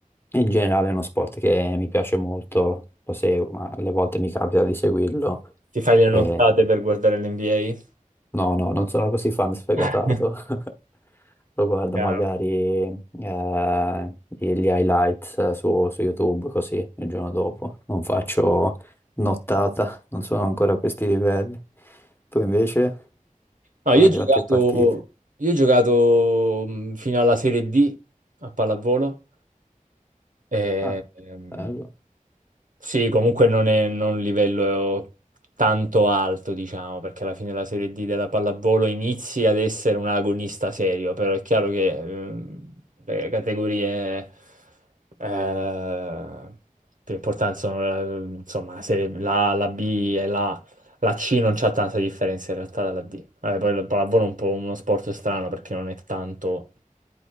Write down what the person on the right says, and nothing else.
ti fai le
nottate per guardare l'NBA?
<laughs>
Chiaro.
No,
io ho giocato,
io ho giocato mh, fino alla Serie D a pallavolo. E,
ehm,
Sì, comunque non è non un livello tanto alto, diciamo, perché alla fine la Serie D della pallavolo inizi ad essere un agonista serio, però è chiaro che ehm, le categorie eh, più importanti sono eh, insomma la Serie la, la B e la, la C non c'ha tanta differenza in realtà dalla D. Vabbè, poi il pallavolo è un po' uno sport strano perché non è tanto